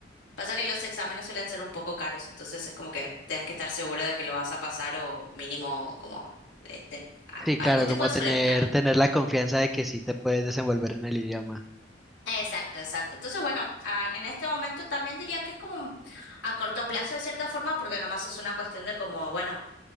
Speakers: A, on the left (about 80°); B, in the centre.
A: Pasa que los exámenes suelen ser un poco caros, entonces es como que tienes que estar seguro de que lo vas a pasar o mínimo como eh, ten- a-
B: Sí,
A: algún
B: claro,
A: tipo
B: como
A: de
B: tener,
A: seguridad, claro.
B: tener la confianza de que sí te puedes desenvolver en el idioma.
A: Exacto, exacto. Entonces, bueno, ah, en este momento también diría que es como a corto plazo de cierta forma, porque nomás es una cuestión de como, bueno,